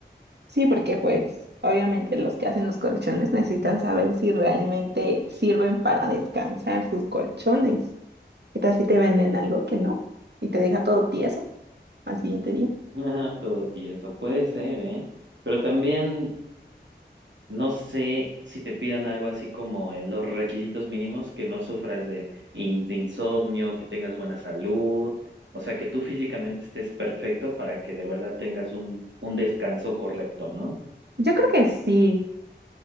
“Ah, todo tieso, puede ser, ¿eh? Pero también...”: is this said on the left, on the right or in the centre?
Right